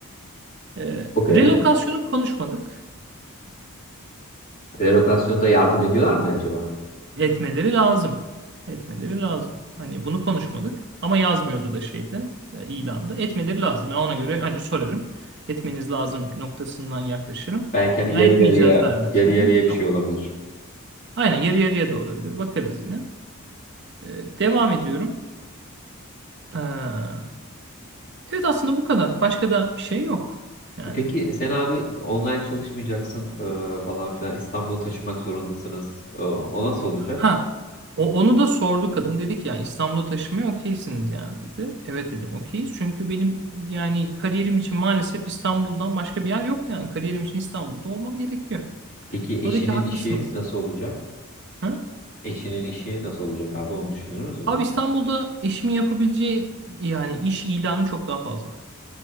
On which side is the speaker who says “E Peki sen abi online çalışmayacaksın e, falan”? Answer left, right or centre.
Left